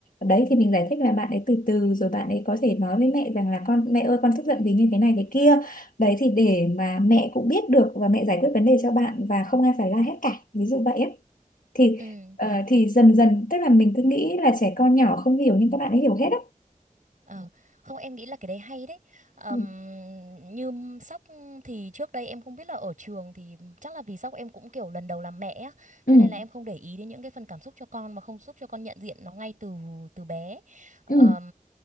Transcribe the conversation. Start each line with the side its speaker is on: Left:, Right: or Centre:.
Left: Đấy thì mình giải thích là bạn ấy từ từ rồi bạn ấy có thể nói với mẹ rằng là con mẹ ơi con tức giận vì như thế này thế kia. Đấy thì để
Right: Ừ. ừ,
Left: mà mẹ cũng biết được và mẹ giải quyết vấn đề cho bạn và không ai phải la hết cả. Ví dụ vậy á thì
Right: ừ.
Left: ờ, thì dần dần tức là mình cứ nghĩ là trẻ con nhỏ không hiểu nhưng các bạn ấy hiểu hết á
Right: Ờ, không em nghĩ là cái đấy hay đấy Ờm,
Left: ừ
Right: như sóc thì trước đây em không biết là ở trường thì chắc là vì sóc em cũng kiểu lần đầu làm mẹ á
Left: ừ
Right: cho nên là em không để ý đến những cái phần cảm xúc cho con mà không giúp cho con nhận diện nó ngay từ từ bé Ờm,
Left: ừ,